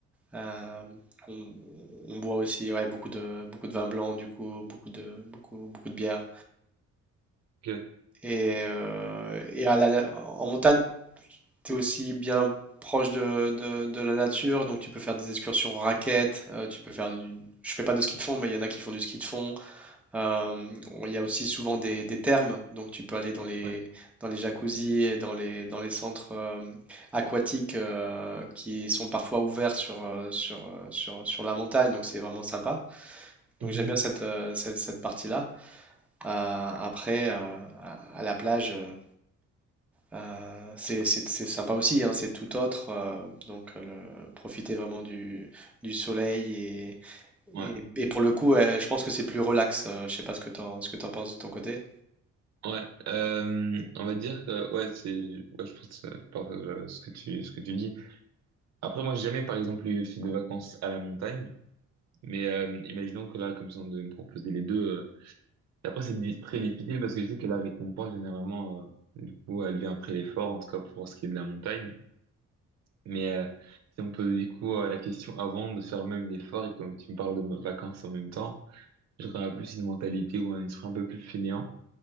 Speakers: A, in the centre; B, on the right.
A: Euh, on, on boit aussi ouais, beaucoup de, beaucoup de vin blanc, du coup, beaucoup de, beaucoup, beaucoup de bière.
B: ok,
A: Et, euh, et à la na- en montagne, tu es aussi bien proche de, de- de la nature, donc tu peux faire des excursions en raquettes, euh, tu peux faire du... Je fais pas de ski de fond, mais il y en a qui font du ski de fond. Euh, on- il y a aussi souvent des, des thermes, donc tu peux aller dans les,
B: ouais.
A: dans les jacuzzis et dans les, dans les centres euh, aquatiques euh, qui sont parfois ouverts sur, euh, sur, euh, sur, sur la montagne, donc c'est vraiment sympa. Donc
B: Mhm.
A: j'aime bien cette, euh, cette, cette partie-là. Euh, après, euh, à, à la plage, euh, euh, c'est, c'est- c'est sympa aussi, hein, c'est tout autre. euh, donc le, profiter vraiment du, du soleil et,
B: Ouais,
A: et, et pour le coup, euh, je pense que c'est plus relax. euh, je sais pas ce que t'en, ce que t'en penses de ton côté.
B: ouais. Euh, on va dire que ouais, c'est, ouais, je pense euh, je partage euh, ce que tu, ce que tu dis. Après, moi, j'ai jamais par exemple eu fait de vacances à la montagne, mais euh, imaginons que là, comme ça, on devait me proposer les deux. euh, Après, c'est di- très difficile parce que je sais que la récompense, généralement, euh, du coup, elle vient après l'effort, en tout cas pour ce qui est de la montagne. Mais euh, si on pose du coup euh, la question avant de faire même l'effort, et comme tu me parles de mo- vacances en même temps, j'aurais plus une mentalité ou un esprit un peu plus fainéant.